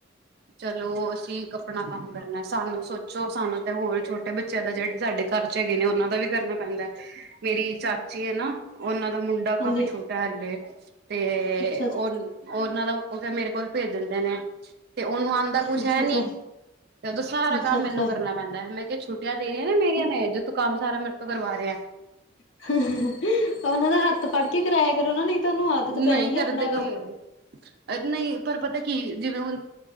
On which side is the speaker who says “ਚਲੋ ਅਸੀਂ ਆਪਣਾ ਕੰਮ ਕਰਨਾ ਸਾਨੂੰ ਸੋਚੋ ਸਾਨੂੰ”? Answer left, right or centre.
Right